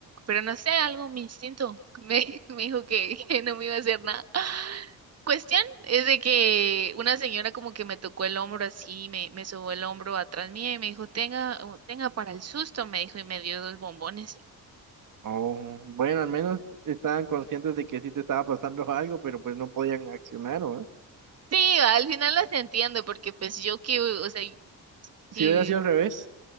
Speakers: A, on the right; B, on the right.
A: pero no sé, algo, mi instinto me, <laughs> me dijo que, que no me iba a hacer nada. Cuestión es de que una señora como que me tocó el hombro así, me, me sobó el hombro atrás mía y me dijo, tenga, tenga para el susto, me dijo y me dio dos bombones.
B: Oh, bueno, al menos estaban conscientes de que sí te estaba pasando <laughs> algo, pero pues no podían accionar, ¿no?
A: Sí, al final las entiendo, porque pues yo que, o sea,
B: Si
A: sí,
B: hubiera sido al revés,